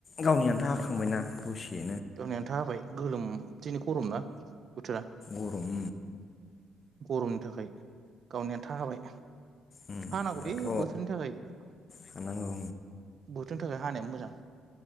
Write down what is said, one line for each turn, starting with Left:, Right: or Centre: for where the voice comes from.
Left: गावनि आन्था हाखांबायना दसे।
Right: गावनि आन्था हाबाय गोलोम दिनै गरमना बोथोरा
Left: गरम
Right: गरमनि थाखाय गावनि आन्था हाबाय।
Left: उम
Right: हानांगौल
Left: दाथ'
Right: बोथोरनि थाखाय बोथ
Left: साननांगौ
Right: बोथोरनि थाखाय हानायाबो मोजां।